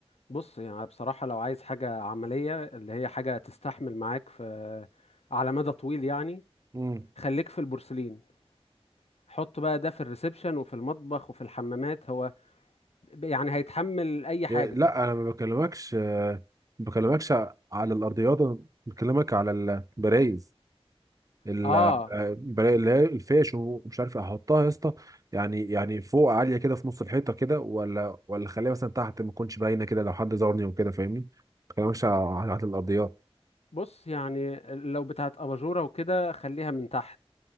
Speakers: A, on the left; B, on the right.
A: بص يعني بصراحه لو عايز حاجه عمليه اللي هي حاجه تستحمل معاك في على مدى طويل يعني
B: امم
A: خليك في البورسلين حط بقى ده في الريسبشن وفي المطبخ وفي الحمامات هو يعني هيتحمل اي حاجه
B: لا انا ما بكلمكش آه، ما بكلمكش ع- على الارضيات أنا بكلمك على البرايز ال-
A: اه
B: آه، البرايز اللي هي الفيش ومش عارف إيه. احطها يا اسطى يعني يعني فوق عاليه كده في نص الحيطه كده ولا ولا خليها مثلا تحت ما تكونش باينه كده لو حد زارني وكده فاهمني ما بكلمكش على على الارضيات
A: بص يعني لو بتاعت اباجوره وكده خليها من تحت